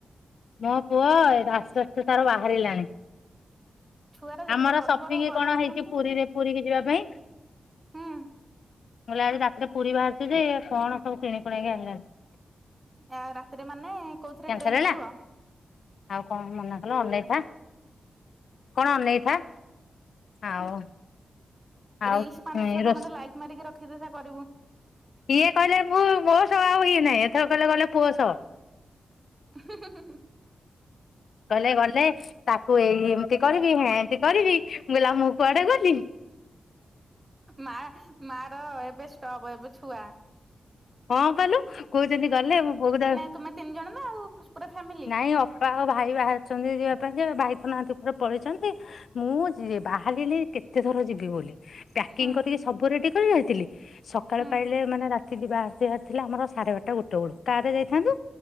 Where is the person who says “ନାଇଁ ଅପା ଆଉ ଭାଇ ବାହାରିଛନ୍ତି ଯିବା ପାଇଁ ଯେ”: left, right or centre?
Left